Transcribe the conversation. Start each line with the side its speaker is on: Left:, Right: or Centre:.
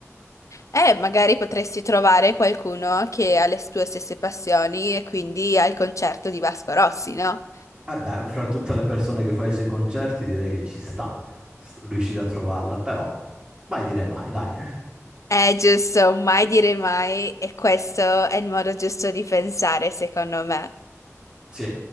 Left: Eh, magari potresti trovare qualcuno che ha le tue stesse passioni e quindi al concerto di Vasco Rossi, no?
Right: Eh beh, fra tutte le persone che fa i suoi concerti direi che ci sta s- riuscire a trovarla, però mai dire mai, dai.
Left: È giusto, mai dire mai, e questo è il modo giusto di pensare, secondo me.
Right: Sì.